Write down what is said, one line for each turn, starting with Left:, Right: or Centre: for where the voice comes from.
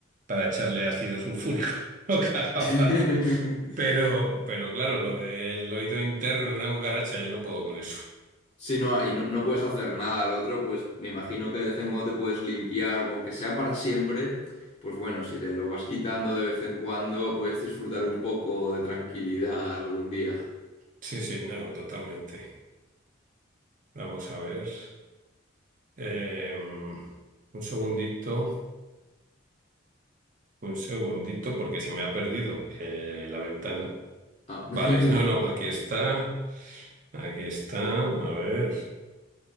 Right: para echarle ácido sulfúrico, <laughs> lo que haga
Left: <laughs>
Right: falta. Pero, pero claro, lo del oído interno de una cucaracha, yo no puedo con eso.
Left: Sí, no, y no, no puedes hacer nada al otro, pues me imagino que de vez en cuando te puedes limpiar, aunque sea para siempre, pues bueno, si te lo vas quitando de vez en cuando, puedes disfrutar un poco de tranquilidad algún día.
Right: Sí, sí, no, totalmente. Vamos a ver. Eh, un segundito, un segundito, porque se me ha perdido eh, la ventana.
Left: Ah. <laughs>
Right: Vale, no, no, aquí está, aquí está, a ver.